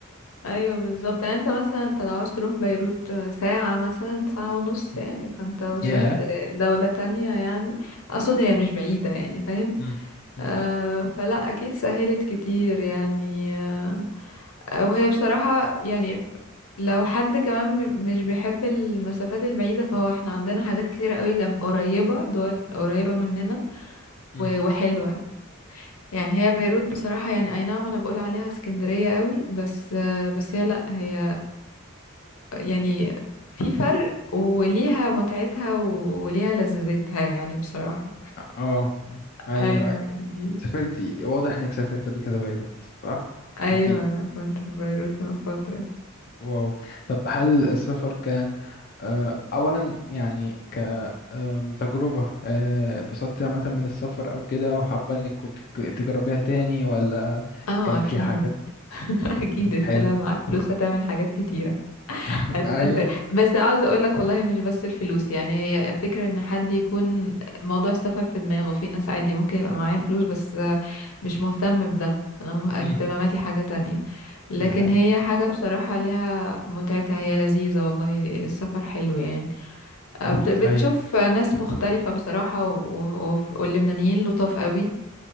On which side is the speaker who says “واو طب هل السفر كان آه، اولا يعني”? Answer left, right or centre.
Left